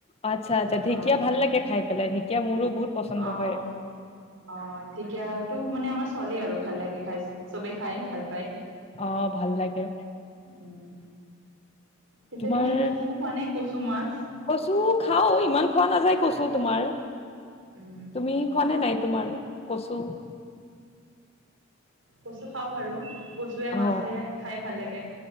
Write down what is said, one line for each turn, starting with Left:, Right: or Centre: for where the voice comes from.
Left: আতচ্ছা আতচ্ছা ঢেঁকীয়া
Right: অ
Left: ভাল লাগে খাই পেলাই ঢেঁকীয়া মোৰো বহুত পচন্দ।
Right: অ'
Left: হয়
Right: অ' ঢেঁকীয়াটো মানে আমাৰ চলে আৰু ভাল লাগে। খাই, চবে খাই ভাল পায়।
Left: অ' ভাল লাগে।
Right: উম পিছে
Left: তোমাৰ
Right: তুমি কচু খোৱা নে কচু মাছ
Left: কচু খাওঁ, ইমান খোৱা নাযায় কচু- চু তোমাৰ।
Right: উম
Left: তুমি খোৱা নে নাই, তোমাৰ- কচু?
Right: কচু খাওঁ বাৰু কচুৱে মাছে
Left: অ
Right: খাই ভাল লাগে।